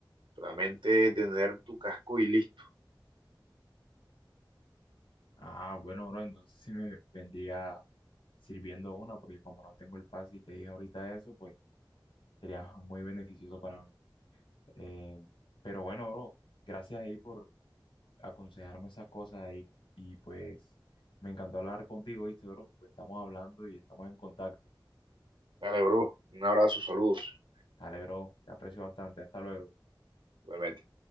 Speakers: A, on the right (about 75°); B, on the left (about 85°).
A: Solamente tener tu casco y listo.
B: Ah, bueno, bro, entonces sí me vendría sirviendo una porque como no tengo el pase y te dije ahorita eso, pues sería muy beneficioso para mí. Eh, pero bueno, bro, gracias ahí por aconsejarme esas cosas y, y pues me encantó hablar contigo, ¿viste, bro? Pues estamos hablando y estamos en contacto.
A: Dale, bro. Un abrazo, saludos.
B: Dale, bro, te aprecio bastante. Hasta luego.
A: Igualmente.